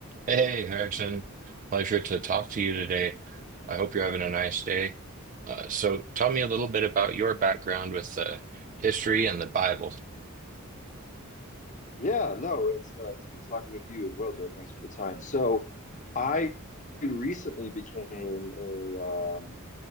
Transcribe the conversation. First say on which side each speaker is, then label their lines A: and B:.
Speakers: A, on the right (about 35°); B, on the left (about 35°).
A: Hey, hey, Harrison. Pleasure to talk to you today. I hope you're having a nice day. Uh, so, tell me a little bit about your background with uh, history and the Bible.
B: Yeah, no, it's uh, it's good talking with you as well, Joe. Thanks for the time. So, I recently became a um,